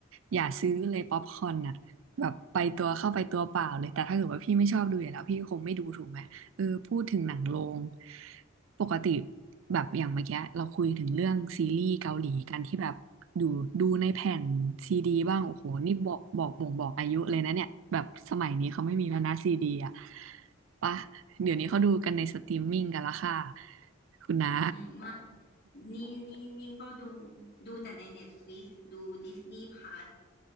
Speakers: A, on the right; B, on the left.
A: อย่าซื้อเลยป๊อปคอร์นอ่ะแบบไปตัวเข้าไปตัวเปล่าเลยแต่ถ้าเกิดว่าพี่ไม่ชอบดูอยู่แล้วพี่คงไม่ดูถูกไหมเออพูดถึงหนังโรงปกติแบบอย่างเมื่อกี้เราคุยถึงเรื่องซีรีส์เกาหลีกันที่แบบดูดูในแผ่นซีดีบ้างโอ้โหนี่บอกบอกบ่งบอกอายุเลยนะเนี่ยแบบสมัยนี้เขาไม่มีแล้วนะซีดีอ่ะปะเดี๋ยวนี้เขาดูกันในสตรีมมิ่งกันละค่ะคุณน้า
B: ืม <laughs> มากนี่นี่นี่ก็ดู
A: <laughs>
B: ดูแต่ใน Netflix ดู Disney Plus